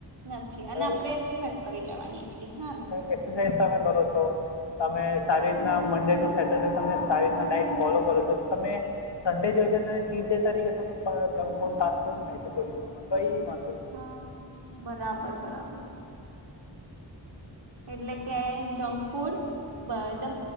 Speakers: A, on the right; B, on the left.
A: નથી અને
B: બરાબર
A: આપડે એક્સરસાઇઝ કરી લેવાની એટલી, હા ને?
B: એક્સરસાઇઝ તમે કરો છો તમે સારી રીતના મન્ડે ટુ સેટરડે તમે સારી રીતના ડાઇટ ફોલો કરો છો, તો તમે સન્ડે જોઈ છે તમે ચીજ ડે તરીકે તમે જંક ફૂડ, ફાસ્ટ ફૂડ કઈ વાત
A: હા બરાબર! બરાબર એટલે કે જંક ફૂડ એકદમ